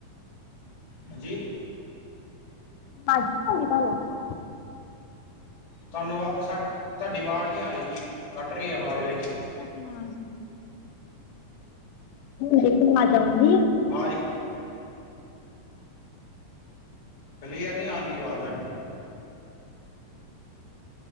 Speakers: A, on the left; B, on the left.
A: ਹਾਂਜੀ।
B: <unintelligible>
A: ਤੁਹਾਨੂੰ ਆਵਾ ਸਾ ਤੁਆਡੀ ਵਾਜ਼ ਨੀ ਆ ਰੀ ਜੀ ਕੱਟ ਰੀ ਐ ਵਾਜ਼ ਵਿੱਚ-ਵਿੱਚ।
B: ਹੈਲੋ ਹੁਣ ਦੇਖੀ ਵਾਜ਼ ਆਉਂਦੀ ਆ।
A: ਵਾਜ ਕਲੀਅਰ ਨੀ ਆਉਂਦੀ ਵਾਜ਼ ਤੁਆਡੀ।